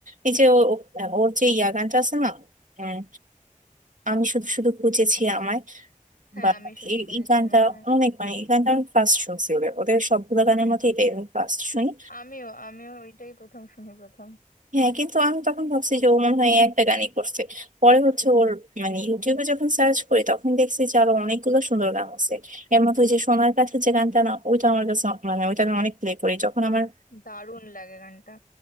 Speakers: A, on the right; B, on the left.
A: এই যে ও- ও- ওর যে ইয়া গানটা আছে না উম, আমি শুধু শুধু খুঁজেছি আমায়
B: হ্যাঁ
A: বা
B: আমি শুধু
A: এই
B: খুঁজেছি
A: এই গানটা
B: আমার হ্যাঁ
A: অনেক মানে এই গানটা আমি ফার্স্ট শুনছি ওদের ওদের সবগুলো গানের মধ্যে এটাই আমি ফার্স্ট শুনি
B: আমিও আমিও ওইটাই প্রথম শুনি প্রথম
A: হ্যাঁ কিন্তু আমি তখন ভাবছি যে ও মনে হয় এই একটা গানই করছে পরে হচ্ছে ওর মানে ইউটিউবে যখন সার্চ করি তখন দেখছি যে আরো অনেকগুলো সুন্দর গান আছে এর মধ্যে ওই যে সোনার কাছে যে গানটা না ওইটা আমার কাছে অ- মানে ওইটা আমি অনেক প্লে করি যখন আমার
B: দারুণ লাগে গানটা